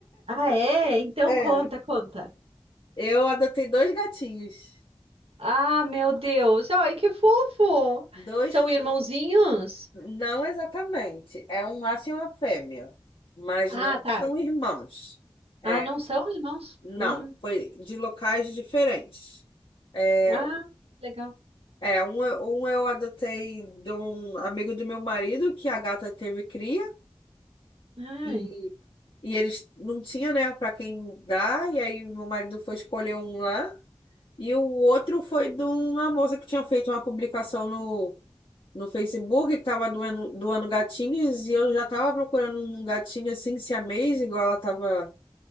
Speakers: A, on the right; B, on the left.
A: Ah, é? Então
B: É,
A: conta, conta.
B: eu adotei dois gatinhos.
A: Ah, meu Deus! Ai, que fofo!
B: Dois,
A: São irmãozinhos?
B: não exatamente. É um macho e uma fêmea, mas
A: Ah,
B: não
A: tá.
B: são irmãos. É,
A: Ah, não são irmãos?
B: não,
A: Hum.
B: foi de locais diferentes. É,
A: Ah, legal.
B: é um, um eu adotei de um amigo do meu marido, que a gata teve cria.
A: Ai.
B: E, e eles não tinham, né, para quem dar, e aí meu marido foi escolher um lá, e o outro foi de uma moça que tinha feito uma publicação no, no Facebook, que estava doando, doando gatinhos, e eu já estava procurando um gatinho assim, siamês, igual ela estava